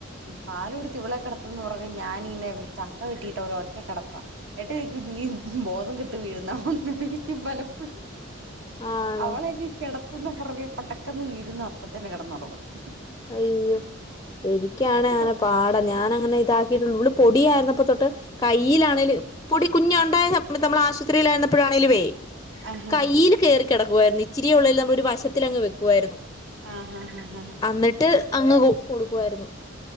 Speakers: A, on the right (about 65°); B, on the left (about 20°).
A: പാല് കൊടുത്ത് ഇവളെ കെടത്തന്ന് ഉറക്കം ഞാനിങ്ങനെ ചക്ക വെട്ടിട്ടപോലെ ഒറ്റ കിടപ്പാ എന്നിട്ട് നീ ബോധം കെട്ട് വീഴുന്നാണോന്ന് ചോദിക്കും പലപ്പോഴും
B: ആണോ
A: അവളെനി കെട പുറകെ പടക്കെന്ന് വീഴുന്നു അപ്പത്തന്നെ കിടന്നുടങ്ങുന്നു
B: അയ്യോ എനിക്കാണേ അങ്ങനെ
A: കുഴപ്പം
B: പാട ഞാനങ്ങനെ ഇതാക്കിട്ടുള്ളൂ ഇവ പൊടി ആയിരുന്നപ്പം തൊട്ട് കയ്യിലാണേല് പൊടി കുഞ്ഞുണ്ടായത് നമ്മ ആശുത്രിയിലായിരുന്നപ്പോഴാണെലും വേ
A: ആഹ്
B: കയ്യിൽ കേറി കിടക്കുവായിരുന്നു ഇച്ചിരി ഉള്ളേലും നമ്മള് ഒരു വശത്തിലങ്ങ് വെക്കുവായിരുന്നു
A: ആ ആ ആ
B: അന്നിട്ട് അങ്ങ് കൊ കൊടുക്കുവായിരുന്നു